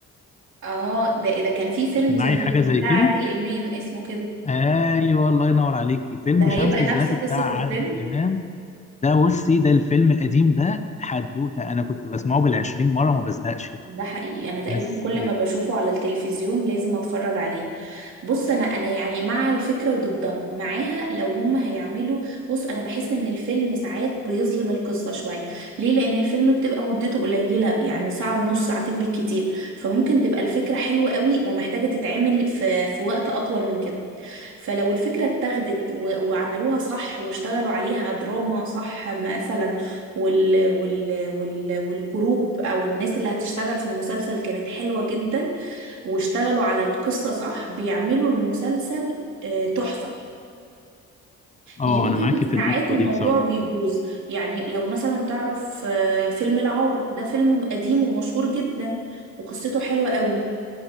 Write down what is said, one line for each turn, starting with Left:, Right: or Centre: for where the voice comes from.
Right: اه ده ده كان في فيلم
Left: معي
Right: زمان
Left: حاجه
Right: بتاع
Left: زي كده
Right: عادل امام اسمه كده
Left: ايوه الله ينور عليكي فيلم
Right: ده
Left: شمس
Right: هيبقى
Left: الزناتي
Right: نفس قصة
Left: بتاع عادل
Right: الفيلم
Left: امام ده بصي ده الفيلم القديم ده حدوته انا كنت بسمعه بالعشرين مره ما بزهقش
Right: ده حقيقي انا تقريبا
Left: بس
Right: كل ما بشوفه على التلفزيون لازم اتفرج عليه بص انا انا يعني مع الفكرة وضدها معاها لو هم هيعملوا بص انا بحس ان الفيلم ساعات بيظلم القصة شوية ليه لان الفيلم بتبقى مدته قليلة يعني ساعة ونص ساعتين بالكتير فممكن تبقى الفكرة حلوة قوي ومحتاجة تتعمل في في وقت اطول من كده فلو الفكرة اتاخدت و- وعملوها صح واشتغلوا عليها دراما صح مثلا وال وال وال والجروب او الناس اللي هتشتغل في المسلسل كانت حلوة جدا واشتغلوا على القصة صح بيعملوا المسلسل آه، تحفة
Left: اه آه،
Right: لكن
Left: انا معاكي في
Right: ساعات
Left: النقطه
Right: الموضوع
Left: دي بصراحه
Right: بيبوظ يعني لو مثلا تعرف آه، فيلم العار ده فيلم قديم ومشهور جدا وقصته حلوة قوي